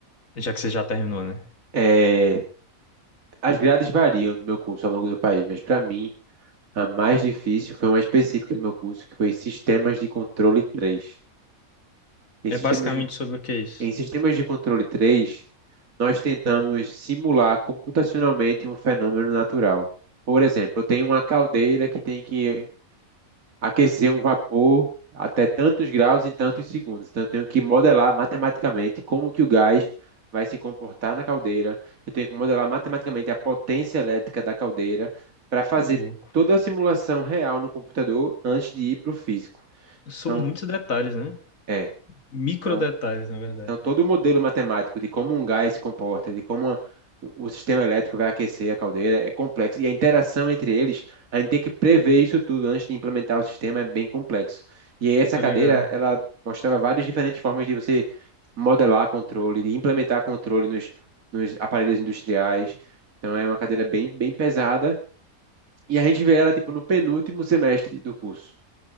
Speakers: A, on the left; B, on the right.
A: Já que você já terminou, né?
B: É, as grades variam no meu curso ao longo do país, mas para mim. A mais difícil foi uma específica do meu curso, que foi Sistemas de Controle três. Em
A: É
B: Sistemas
A: basicamente
B: de,
A: sobre o que é isso?
B: em Sistemas de Controle três nós tentamos simular computacionalmente um fenômeno natural. Por exemplo, eu tenho uma caldeira que tem que aquecer um vapor até tantos graus em tantos segundos. Então, eu tenho que modelar matematicamente como que o gás vai se comportar na caldeira. Eu tenho que modelar matematicamente a potência elétrica da caldeira para fazer
A: O louco.
B: toda a simulação real no computador antes de ir para o físico.
A: São
B: Então,
A: muitos detalhes, né?
B: é.
A: Micro
B: então,
A: detalhes, na verdade.
B: então, todo o modelo matemático de como um gás se comporta, de como a- o sistema elétrico vai aquecer a caldeira, é complexo. E a interação entre eles, a gente tem que prever isso tudo antes de implementar o sistema, é bem complexo. E aí, essa
A: Tô
B: cadeira,
A: ligado.
B: ela mostrava várias diferentes formas de você modelar controle, de implementar controle nos, nos aparelhos industriais. Então, é uma cadeira bem, bem pesada. E a gente vê ela, tipo, no penúltimo semestre do curso.